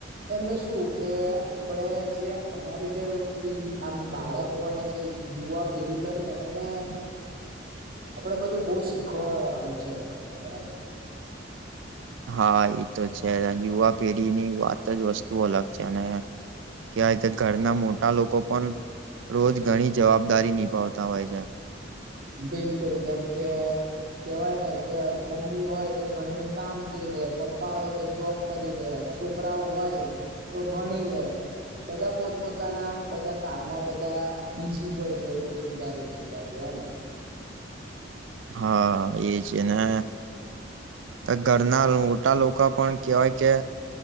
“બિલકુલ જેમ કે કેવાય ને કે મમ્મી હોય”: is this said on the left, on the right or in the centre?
Right